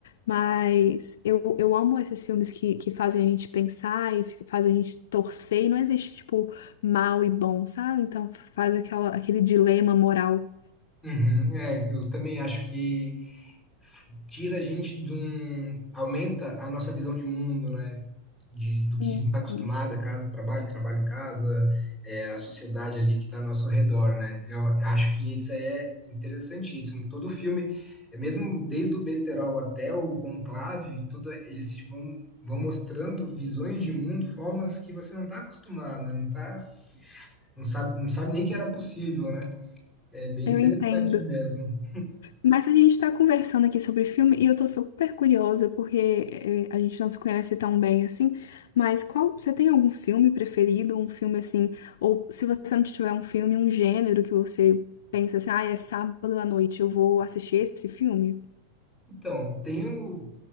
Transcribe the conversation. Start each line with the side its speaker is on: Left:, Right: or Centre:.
Left: Mas eu, eu amo esses filmes que, que fazem a gente pensar e fi- fazem a gente torcer. E não existe, tipo, mal e bom, sabe? Então faz aquela, aquele dilema moral.
Centre: Uhum, é, eu também acho que tira a gente de um. aumenta a nossa visão de mundo, né? De, do que
Left: Uhum.
Centre: a gente está acostumado, casa, trabalho, trabalho, casa, é, a sociedade ali que está ao nosso redor, né? Eu acho que isso é interessantíssimo. Todo filme, é mesmo desde o Besterol até o Conclave, tudo, eles te vão, vão mostrando visões de mundo, formas que você não está acostumado, né? não tá, não sabe, não sabe nem que era possível, né? É bem
Left: Eu
Centre: interessante
Left: entendo.
Centre: mesmo.
Left: Mas a gente está conversando aqui sobre filme e eu tô super curiosa porque eh, a gente não se conhece tão bem assim. Mas qual, você tem algum filme preferido, um filme assim, ou se você não tiver um filme, um gênero que você pensa assim, ah, é sábado à noite, eu vou assistir esse filme?
Centre: Então, tem o,